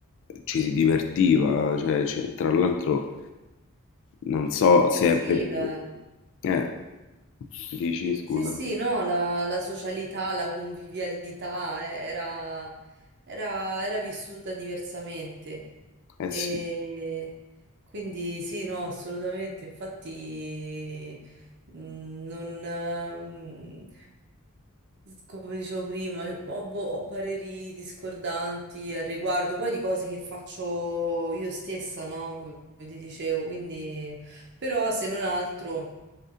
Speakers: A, on the left (about 60°); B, on the right (about 55°).
A: ci si divertiva, cioè, cioè, tra l'altro non so se
B: Sì,
A: è perché...
B: la-
A: Eh, dici scusa?
B: Sì, sì, no, la, la socialità, la convivialità eh, era, era- era vissuta diversamente.
A: Eh
B: E
A: sì,
B: quindi sì, no, assolutamente. Infatti, mh, non, eh, mh, come dicevo prima, eh, ho, boh, ho pareri discordanti al riguardo, poi di cose che faccio io stessa, no? Come ti dicevo, quindi, però se non altro.